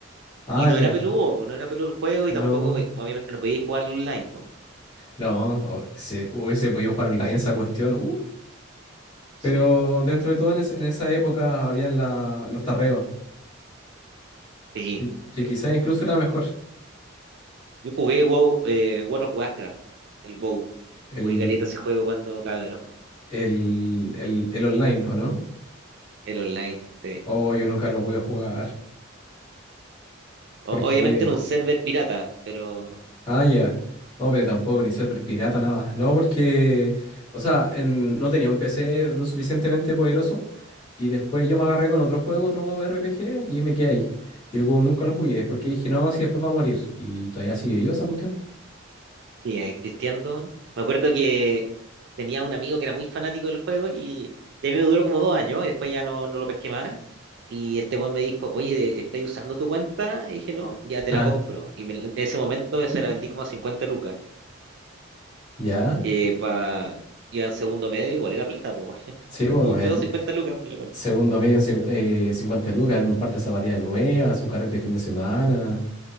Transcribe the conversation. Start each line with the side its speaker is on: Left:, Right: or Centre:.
Left: Ah,
Right: Y no
Left: ya,
Right: era peludo, po, no era peludo el juego
Left: no,
Right: y tampoco, pues, obviamente, no podíais jugarlo online, pues.
Left: no, o- se, hubiese podido jugar online esa cuestión,
Right: Sí,
Left: Pero dentro de todo, en, es- en esa época habían la- los tarreos,
Right: sí,
Left: que, que
Right: sí.
Left: quizás incluso era mejor
Right: Yo jugué WoW, eh, World of Warcraft, el WoW.
Left: el,
Right: Jugué caleta ese juego cuando cabrón,
Left: el, el, el online, ¿o no?
Right: el online. sí.
Left: Oh, yo nunca lo voy a jugar, porque...
Right: O- obviamente en un server pirata, pero
Left: Ah, ya. No, pero tampoco, ni server pirata, nada. No, porque, o sea, en- no tenía un PC lo suficientemente poderoso, y después yo me agarré con otro juego, otro RPG, y me quedé ahí. Y el juego nunca lo jugué, porque dije, no, si después va a morir, y todavía sigue vivo esa cuestión.
Right: sí, eh, Christian Dawn. Me acuerdo que tenía un amigo que era muy fanático del juego y, y a mí me duró como dos años y después ya no, no lo pesqué más. Y este weón me dijo, oye, ¿estáis usando tu cuenta? Y dije, no, ya te
Left: Ah,
Right: la compro. Y me- en ese momento se la vendí como a 50 lucas,
Left: ya.
Right: que para iba en segundo medio, igual era plata, po. <laughs>
Left: Sí, pues
Right: Me pegó 50 lucas por la cuenta.
Left: Segundo medio en cin- eh, 50 lucas, en un par de zapatillas nuevas, su carrete de fin de semana.